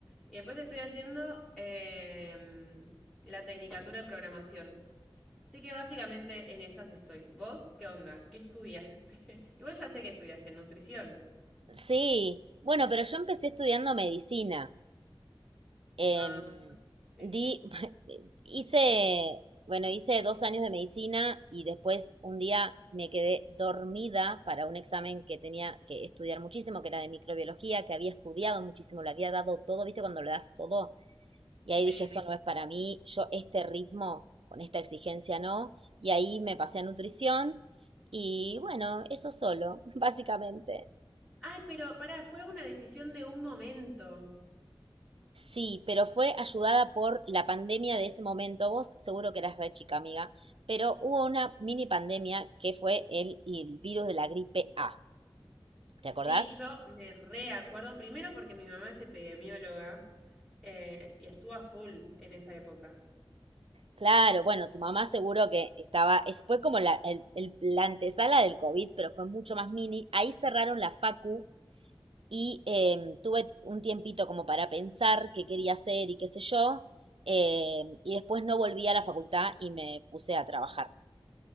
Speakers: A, in the centre; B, on the right.
A: Y después estoy haciendo eh, la tecnicatura en programación. Así que básicamente en esas estoy. ¿Vos qué onda? ¿Qué estudiaste? <laughs> Igual ya sé que estudiaste nutrición.
B: Sí, bueno, pero yo empecé estudiando medicina. Em,
A: Ah, sí,
B: di, <laughs> hice, bueno, hice dos años de medicina y después un día me quedé dormida para un examen que tenía que estudiar muchísimo, que era de microbiología, que había estudiado muchísimo, lo había dado todo, ¿viste? Cuando lo das todo. Y
A: sí.
B: ahí dije, esto no es para mí, yo este ritmo con esta exigencia no. Y ahí me pasé a nutrición y bueno, eso solo, <laughs> básicamente.
A: Ay, pero pará, fue una decisión de un momento.
B: Sí, pero fue ayudada por la pandemia de ese momento. Vos seguro que eras re chica, amiga, pero hubo una mini pandemia que fue el, el virus de la gripe A. ¿Te
A: Sí,
B: acordás?
A: yo me reacuerdo primero porque mi mamá es epidemióloga eh, y estuvo a full en esa época.
B: Claro, bueno, tu mamá seguro que estaba, es, fue como la, el- el- la antesala del COVID, pero fue mucho más mini. Ahí cerraron la facu y em, tuve un tiempito como para pensar qué quería hacer y qué sé yo, em, y después no volví a la facultad y me puse a trabajar.